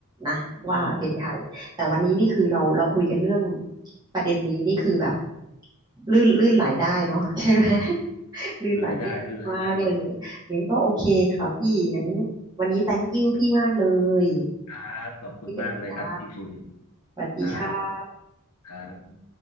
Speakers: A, on the right (about 20°); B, on the left (about 85°).
A: นะว่าเป็นใครแต่วันนี้นี่คือเราเราคุยกันเรื่อง
B: อืม
A: ประเด็นนี้นี่คือแบบลื่นลื่นไหลได้เนาะ <laughs> ใช่ไหม <laughs> ลื่นไหลได้ดีมากเลยอย่างนี้ก็โอเคค่ะพี่งั้น
B: รายได้ไม่รายได้เลย
A: วันนี้ thank you พี่มากเลย
B: ครับขอบคุณมากเลยครับที่คุย
A: คุยกันจ้าสวัสดีค่ะ
B: ครับครับ